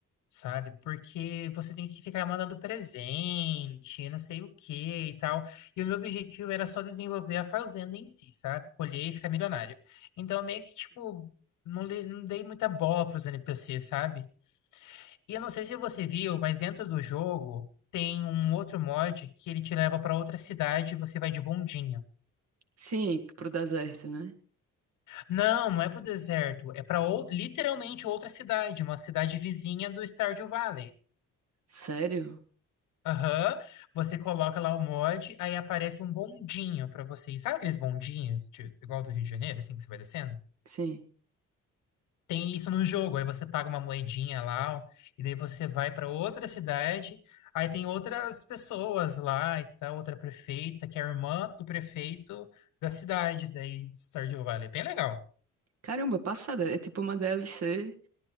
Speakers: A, on the left (about 80°); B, on the right (about 55°).
A: sabe? Porque você tem que ficar mandando presente, não sei o quê e tal. E o meu objetivo era só desenvolver a fazenda em si, sabe? Colher e ficar milionário. Então, meio que, tipo, não, le- não dei muita bola para os NPCs, sabe? E eu não sei se você viu, mas dentro do jogo tem um outro mod que ele te leva para outra cidade e você vai de bondinho.
B: Sim, pro deserto, né?
A: Não, não é pro deserto. É para literalmente outra cidade, uma cidade vizinha do Stardew Valley.
B: Sério?
A: Aham. Você coloca lá o mod, aí aparece um bondinho para você. Sabe aqueles bondinhos, de- igual do Rio de Janeiro, assim, que você vai descendo?
B: Sim.
A: Tem isso no jogo. Aí você paga uma moedinha lá, ó, e daí você vai para outra cidade. Aí tem outras pessoas lá, e tá outra prefeita, que é a irmã do prefeito da cidade, daí do Stardew Valley. É Bem legal.
B: Caramba, passada. É tipo uma DLC